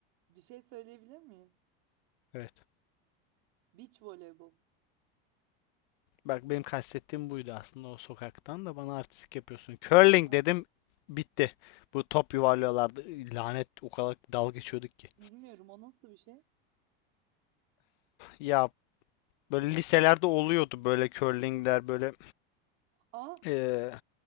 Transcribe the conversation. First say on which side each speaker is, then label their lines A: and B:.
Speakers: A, on the right (about 45°); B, on the left (about 55°).
A: bir şey söyleyebilir miyim?
B: Evet.
A: Beach voleybol.
B: Bak benim kastettiğim buydu aslında o sokaktan da bana artistik yapıyorsun. Curling
A: Ah,
B: dedim bitti. Bu top yuvarlıyorlardı. Lanet o kadar dalga geçiyorduk ki.
A: Bilmiyorum o nasıl bir şey?
B: Ya böyle liselerde oluyordu böyle curlingler böyle
A: Aa,
B: eee,